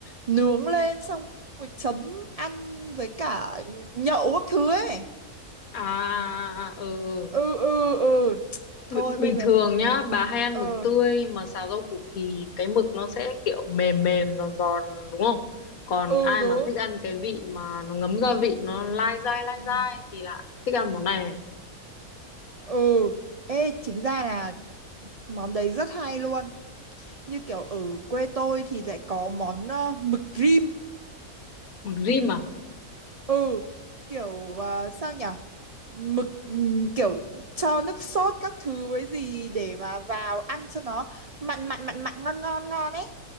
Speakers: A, on the right; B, on the left.
A: nướng lên xong rồi chấm ăn với cả nhậu các thứ ấy
B: à, à, à, ừ, ừ.
A: ừ ừ ừ thôi
B: B-
A: bây
B: bình
A: giờ
B: thường nhá bà hay ăn
A: ừ
B: mực tươi mà xào rau củ thì cái mực nó sẽ kiểu mềm mềm giòn giòn đúng không còn
A: ừ
B: ai
A: đúng
B: mà thích ăn cái vị mà nó ngấm gia vị nó lai dai lai
A: ừ
B: dai thì là thích ăn món này, này.
A: ừ ê chính ra là món đấy rất hay luôn như kiểu ở quê tôi thì lại có món ờ, mực rim
B: mực rim à
A: ừ kiểu ờ, sao nhở mực ừm, kiểu cho nước sốt các thứ với gì để mà vào ăn cho nó mặn mặn mặn mặn ngon ngon ngon ấy